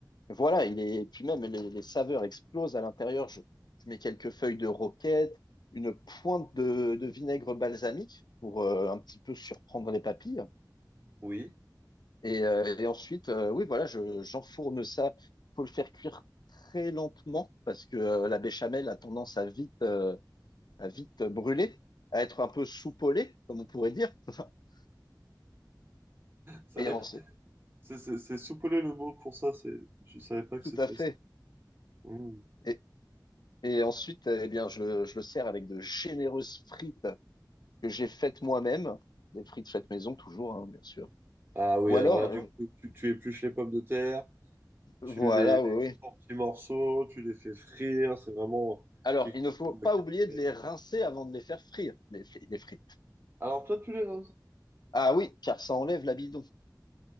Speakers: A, on the left (about 70°); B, on the right (about 30°).
A: Voilà, il est, et puis même les, les saveurs explosent à l'intérieur. Je, je mets quelques feuilles de roquette, une pointe de, de vinaigre balsamique pour euh, un petit peu surprendre les papilles.
B: Oui.
A: Et, euh, et ensuite, euh, oui, voilà, je, j'enfourne ça. faut le faire cuire très lentement parce que euh, la béchamel a tendance à vite, euh, à vite brûler, à être un peu soupolée, comme on pourrait dire. <laughs>
B: C'est
A: Et
B: vrai
A: en-
B: que c'est c'est- c'est soupolé le mot pour ça, c'est je savais pas que
A: tout
B: c'était
A: à fait.
B: ça. Mm.
A: Et, et ensuite, euh, eh bien, je, je le sers avec de généreuses frites que j'ai faites moi-même, des frites faites maison toujours, hein, bien sûr.
B: Ah oui,
A: Ou
B: alors
A: alors,
B: là,
A: euh,
B: du coup, tu, tu épluches les pommes de terre,
A: voilà,
B: tu les, les
A: oui,
B: coupes
A: oui.
B: en petits morceaux, tu les fais frire, c'est vraiment
A: Alors,
B: quelque
A: il ne
B: chose
A: faut pas
B: euh, que
A: oublier
B: tu fais.
A: de les rincer avant de les faire frire, les, les frites.
B: Alors toi, tu les roses.
A: Ah oui, car ça enlève l'amidon.